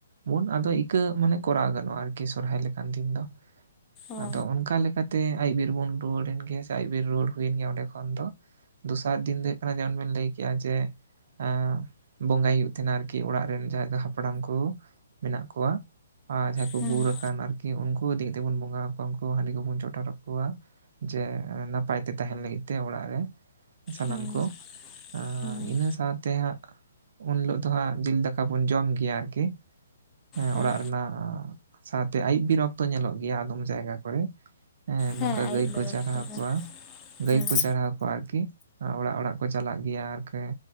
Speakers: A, on the right; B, on the left.
A: ᱵᱩᱱ ᱟᱫᱚ ᱤᱠᱟᱹ ᱢᱟᱱᱮ ᱠᱚᱨᱟᱣ ᱜᱟᱱᱚᱜᱼᱟ ᱟᱨᱠᱤ ᱥᱚᱨᱦᱟᱭ ᱞᱮᱠᱟᱱ ᱫᱤᱱ ᱫᱚ
B: ᱚ
A: ᱟᱫᱚ ᱚᱱᱠᱟ ᱞᱮᱠᱟᱛ ᱛᱮ ᱟᱭᱵ ᱵᱤᱨ ᱵᱩᱱ ᱨᱩᱣᱟᱹᱲ ᱮᱱ ᱜᱮ ᱥᱮ ᱟᱭᱵ ᱵᱤᱨ ᱨᱩᱣᱟᱹᱲ ᱦᱩᱭᱮᱱ ᱜᱮᱭᱟ ᱚᱸᱰᱮ ᱠᱷᱚᱱ ᱫᱚ ᱫᱚᱥᱟᱨ ᱫᱤᱱ ᱫᱚ ᱦᱩᱭᱩᱜ ᱠᱟᱱᱟ ᱡᱮᱢᱚᱱ ᱵᱮᱱ ᱞᱟᱹᱭ ᱠᱮᱭᱟ ᱡᱮ, ᱮᱸ ᱵᱚᱸᱜᱟᱭ ᱦᱩᱭᱩᱜ ᱛᱟᱦᱮᱱᱟ ᱟᱨᱠᱤ ᱚᱲᱟᱜ ᱨᱮᱱ ᱡᱟᱦᱟᱸᱭ ᱫᱚ ᱦᱟᱯᱲᱟᱢ ᱠᱚ ᱢᱮᱱᱟᱜ ᱠᱚᱣᱟ ᱟᱨ ᱡᱟᱦᱟᱸᱭ ᱠᱚ
B: ᱦᱩᱸ
A: ᱜᱩᱨ
B: ᱦᱩᱸ
A: ᱟᱠᱟᱱ ᱟᱨᱠᱤ ᱩᱱᱠᱩ ᱤᱫᱤ ᱠᱟᱛᱮᱫ ᱵᱚᱱ ᱵᱚᱸᱜᱟ ᱟᱠᱩᱣᱟ ᱩᱱᱠᱩ ᱦᱟᱺᱰᱤ ᱠᱚᱵᱚᱱ ᱪᱚᱴᱟᱨ ᱟᱠᱚᱣᱟ ᱡᱮ ᱱᱟᱯᱟᱭ ᱛᱮ ᱛᱟᱦᱮᱱ ᱞᱟᱹᱜᱤᱫ ᱛᱮ ᱚᱲᱟᱜ ᱨᱮ। ᱥᱟᱱᱟᱢ
B: ᱦᱩᱸ
A: ᱠᱚ ᱟᱸᱻ
B: ᱦᱩᱸ
A: ᱤᱱᱟᱹ ᱥᱟᱶᱛᱮ ᱦᱟᱸᱜ ᱩᱱ ᱦᱤᱞᱳᱜ ᱫᱚ ᱦᱟᱸᱜ ᱡᱤᱞ ᱫᱟᱠᱟ ᱵᱚᱱ ᱡᱚᱢ ᱜᱮᱭᱟ ᱟᱨᱠᱤ ᱮᱸ
B: ᱦᱮᱸ
A: ᱚᱲᱟᱜ ᱨᱮᱱᱟᱜ ᱟᱸᱻ ᱥᱟᱶᱛᱮ ᱟᱭᱩᱵ ᱵᱤᱨ ᱚᱠᱛᱚ ᱧᱮᱞᱚᱜ ᱜᱮᱭᱟ ᱟᱫᱚᱢ ᱡᱟᱭᱜᱟ ᱠᱚᱨᱮ ᱮᱸ ᱱᱚᱝᱠᱟ
B: ᱦᱮᱸ ᱟᱹᱭᱩᱵ
A: ᱜᱟᱹᱭ ᱠᱚ
B: ᱵᱮᱲᱟ
A: ᱪᱟᱨᱦᱟᱣ
B: ᱚᱠᱛᱚ ᱫᱚ
A: ᱠᱚᱣᱟ, ᱜᱟᱹᱭ
B: ᱦᱩᱸ
A: ᱠᱚ ᱪᱟᱨᱦᱟᱣ ᱠᱚᱣᱟ ᱟᱨᱠᱤ ᱚᱲᱟᱜ ᱚᱲᱟᱜ ᱠᱚ ᱪᱟᱞᱟᱜ ᱜᱤᱭᱟ ᱟᱨᱠᱤ